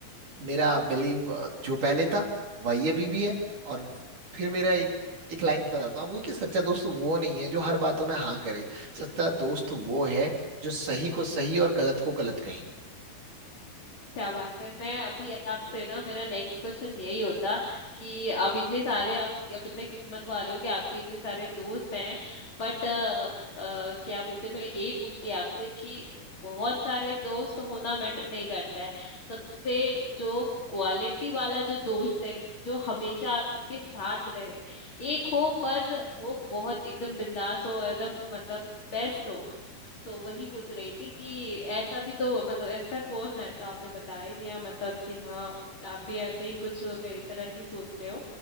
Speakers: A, on the right; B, on the left.
A: मेरा बिलीव जो पहले था वही अभी भी है और फिर मेरा एक एक लाइन बताता हूँ आपको कि सच्चा दोस्त वो नहीं है जो हर बातों में हाँ करे सच्चा दोस्त वो है जो सही को सही और गलत को गलत कहे
B: क्या बात है मैं अभी आपसे ना मेरा नेक्स्ट क्वेश्चन यही होता कि आप इतने सारे आप आप इतने किस्मत वाले हो कि आपके इतने सारे दोस्त हैं बट क्या बोलते हैं, मैं यही पूछती आपसे कि बहुत सारे दोस्त होना मैटर नहीं करता है सबसे जो क्वालिटी वाला जो दोस्त है जो हमेशा आपके साथ रहे एक हो पर वो बहुत एकदम बिंदास हो एकदम मतलब बेस्ट हो तो वही पूछ रही थी कि ऐसा भी तो मतलब ऐसा कौन है तो आपने बता ही दिया मतलब कि हाँ आप भी ऐसे ही कुछ मेरी तरह ही सोचते हो